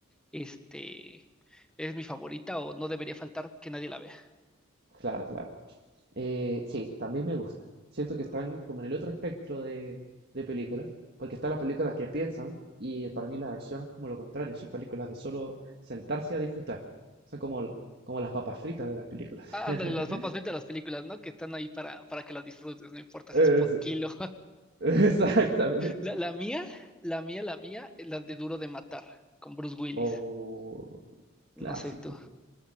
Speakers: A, in the centre; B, on the right.
A: este, es mi favorita o no debería faltar que nadie la vea?
B: Claro, claro. Eh, sí, también me gusta. Siento que están como en el otro espectro de, de películas, porque están las películas que piensan y para mí las de acción es como lo contrario, son películas de solo sentarse a disfrutar. Son como, lo- como las papas fritas de las películas.
A: Ah,
B: <laughs>
A: ándale, las papas, vete a las películas, ¿no? Que están ahí para, para que las disfrutes, no importa
B: Es-
A: si es por kilo.
B: exactamente.
A: La, la mía, la mía, la mía, la de Duro de Matar, con Bruce Willis.
B: O
A: No
B: clásico.
A: sé tú.